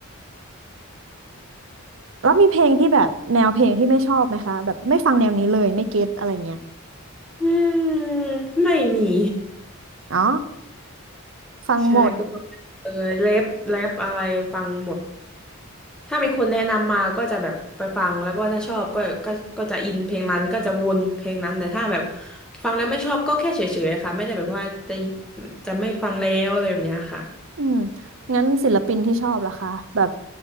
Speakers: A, on the right; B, in the centre.
A: แล้วมีเพลงที่แบบแนวเพลงที่ไม่ชอบไหมคะแบบไม่ฟังแนวนี้เลยไม่เก็ตอะไรเงี้ย
B: อืมไม่มี
A: อ๋อฟังหมด
B: <laughs> ใช่คือฟังเออแรปแรปอะไรฟังหมด ถ้ามีคนแนะนำมาก็จะแบบไปฟังแล้วก็ถ้าชอบก็ก็ก็จะอินเพลงนั้นก็จะวนเพลงนั้นแต่ถ้าแบบฟังแล้วไม่ชอบก็แค่เฉยๆค่ะไม่ได้แบบว่าจะจะไม่ฟังแล้วอะไรแบบเนี้ยค่ะ
A: อืมงั้นศิลปินที่ชอบล่ะคะแบบ